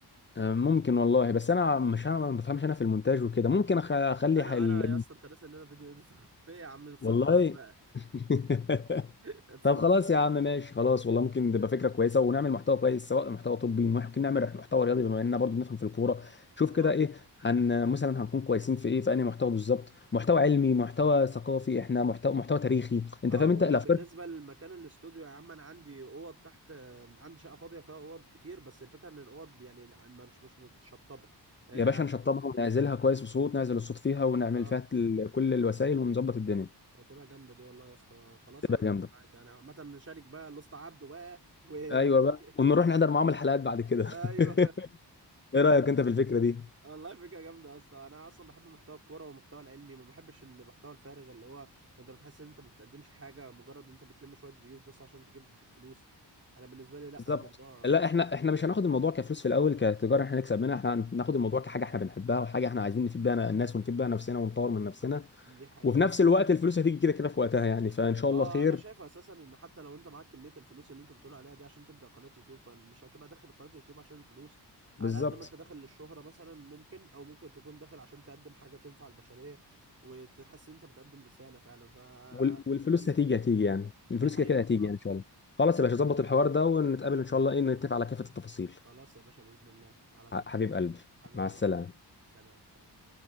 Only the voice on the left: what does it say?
آه، ممكن والله بس انا مش انا ما بفهمش انا في المونتاج وكده ممكن أخ- اخلي
حل...
والله
<laughs>
طب خلاص يا عم ماشي خلاص والله ممكن تبقى فكره كويسه ونعمل محتوى كويس سواء محتوى طبي ممكن نعمل محتوى رياضي بما اننا برضو بنفهم في الكوره شوف
كده ايه هن مثلا هنكون كويسين في ايه في انهي محتوى بالظبط محتوى علمي محتوى ثقافي احنا محتوى محتوى تاريخي
انت فاهم انت
الافكار
يا باشا نشطبها ونعزلها كويس بصوت نعزل الصوت فيها ونعمل
فيها كل الوسائل ونظبط الدنيا
تبقى
جامده
ايوه بقى
ونروح نحضر معاهم الحلقات بعد كده
<laughs> ايه رايك انت في الفكره دي
بالظبط
لا احنا احنا مش هناخد الموضوع كفلوس في الاول كتجاره احنا نكسب منها احنا هناخد الموضوع كحاجه احنا بنحبها وحاجه احنا عايزين نفيد بيها الناس ونفيد بيها نفسنا ونطور من نفسنا
وفي نفس الوقت الفلوس هتيجي كده كده في وقتها يعني فان شاء
الله خير
بالظبط
وال- والفلوس
هتيجي
هتيجي يعني الفلوس
كده كده هتيجي
يعني ان شاء الله خلاص
يا باشا ظبط
الحوار ده ونتقابل ان شاء الله ايه نتفق على كافة التفاصيل
ح- حبيب قلبي
مع السلامة